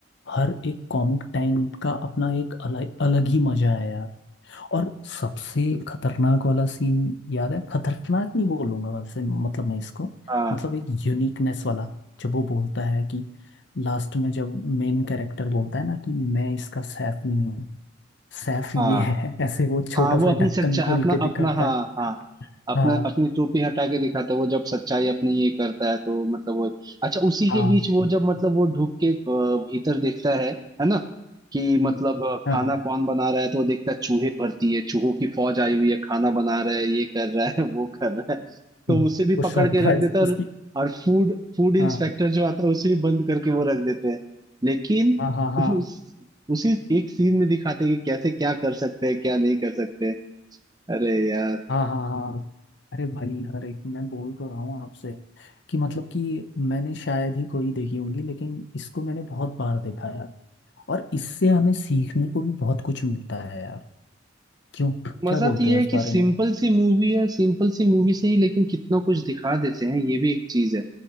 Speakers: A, on the left; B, on the right.
A: हर एक कॉमिक टाइम का अपना एक अलग अलग ही मजा है यार और सबसे खतरनाक वाला सीन याद है खतरनाक नहीं बोलूंगा वैसे मतलब मैं इसको
B: हाँ
A: मतलब एक यूनिकनेस वाला जब वो बोलता है कि लास्ट में जब मेन कैरेक्टर बोलता है ना कि मैं इसका सैफ नहीं हूँ सैफ
B: हाँ
A: ये है ऐसे वो छोटा
B: हाँ वो
A: सा
B: अपनी
A: ढक्कन
B: सच्चा
A: खोल
B: अपना
A: के
B: अपना
A: दिखाता
B: हाँ
A: है
B: हाँ अपना
A: हाँ
B: अपनी टोपी हटा के दिखाता है वो जब सच्चाई अपनी ये करता है तो मतलब वो अच्छा उसी
A: हाँ
B: के बीच वो जब मतलब वो ढुक के अ, भीतर देखता है है ना कि मतलब
A: हम्म,
B: अ,
A: हाँ
B: खाना कौन बना रहा है तो वो देखता है चूहे भरती है चूहों की फौज आई हुई है खाना बना रहा है ये कर रहा है <laughs> वो कर रहा है तो
A: हम्म,
B: उसे भी
A: वो
B: पकड़
A: सरप्राइज
B: के रख देता है
A: उसकी
B: और और फूड फूड इंस्पेक्टर
A: हाँ
B: जो आता है उसे भी बंद करके वो रख देते हैं लेकिन
A: हाँ हाँ हाँ
B: उस, उसी एक सीन में दिखाते हैं कि कैसे क्या कर सकते हैं क्या नहीं कर सकते अरे यार
A: हाँ हाँ हाँ अरे भाई हर एक मैं बोल तो रहा हूँ आपसे कि मतलब कि मैंने शायद ही कोई देखी होंगी लेकिन इसको मैंने बहुत बार देखा है यार और इससे हमें सीखने को भी बहुत कुछ मिलता है यार क्यों
B: मजा
A: क्या बोलते
B: तो ये
A: हो इस
B: है कि
A: बारे
B: सिंपल
A: में
B: सी मूवी है सिंपल सी मूवी से ही लेकिन कितना कुछ दिखा देते हैं ये भी एक चीज है